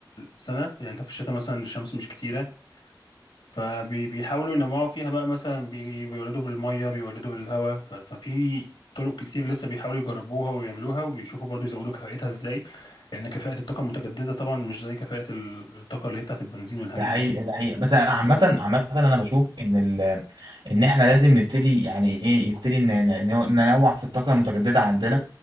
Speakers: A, on the left; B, on the right.
A: السنة يعني أنت في الشتاء مثلا الشمس مش كتيرة فبيحاولوا ينوعوا فيها بقى مثلا بي- بيولدوا بالمية بيولدوا بالهواء ف- ففي طرق كتير لسه بيحاولوا يجربوها ويعملوها وبيشوفوا برضو يزودوا كفاءتها ازاي لأن كفاءة الطاقة المتجددة طبعا مش زي كفاءة ال- الطاقة اللي هي بتاعت البنزين والحاجات
B: ده حقيقة
A: دي
B: ده حقيقة بس عامة عامة أنا بشوف إن ال إن إحنا لازم نبتدي يعني إيه يبتدي ن- ن- ن- ننوع في الطاقة المتجددة عندنا